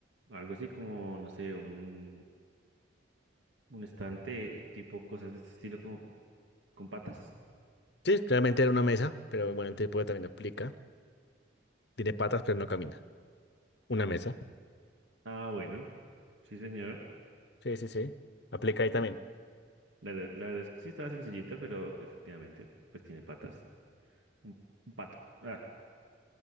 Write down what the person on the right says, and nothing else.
Algo así como, no sé, un, un estante tipo cosas de este estilo con, con patas.
Ah, bueno, sí, señor.
La, ver- la verdad es que sí estaba sencillita, pero efectivamente, pues tiene patas. Un, un pato. Ah,